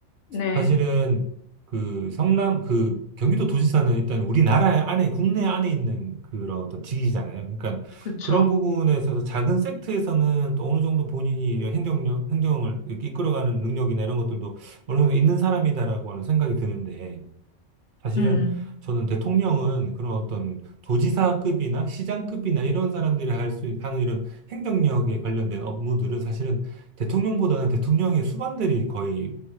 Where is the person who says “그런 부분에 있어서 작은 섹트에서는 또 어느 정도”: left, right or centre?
Right